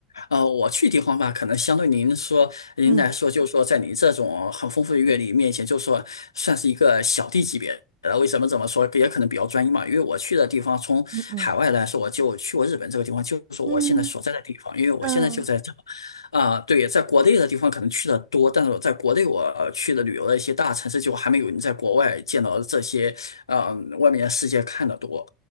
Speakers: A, on the left (about 80°); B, on the right (about 55°).
A: 呃，我去地方吧，可能相对您说您来说，
B: 嗯
A: 就是说在你这种很丰富的阅历面前，就是说算是一个小弟级别的。为什么这么说？也可能比较专一嘛。因为我去的地方，从海外来说，
B: 嗯嗯
A: 我就去过日本这个地方，就是我现在所在的地方。
B: 嗯
A: 因为我现在就在这，
B: 嗯，
A: 啊、对，在国内的地方可能去的多，但是我在国内我呃去的旅游的一些大城市，就还没有你在国外见到这些，呃，外面的世界看的多。